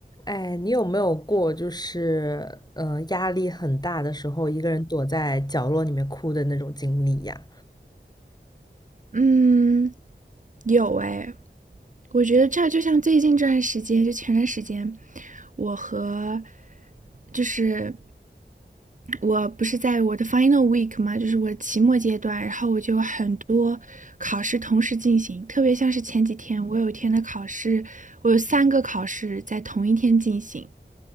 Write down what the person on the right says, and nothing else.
嗯，有哎，我觉得这就像最近这段时间，就前段时间，我和就是我不是在我的 final week 嘛，就是我的期末阶段，然后我就有很多考试同时进行，特别像是前几天，我有一天的考试，我有三个考试在同一天进行，